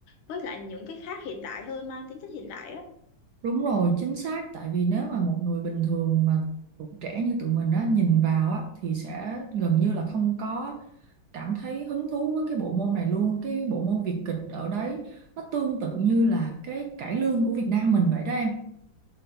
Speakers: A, on the left; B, on the right.
A: với lại những cái khác hiện đại hơn mang tính chất hiện đại á
B: Đúng rồi, chính xác. Tại vì nếu mà một người bình thường mà tụi trẻ như tụi mình á, nhìn vào á, thì sẽ gần như là không có cảm thấy hứng thú với cái bộ môn này luôn. Cái bộ môn Việt kịch ở đấy nó tương tự như là cái cải lương của Việt Nam mình vậy đó em.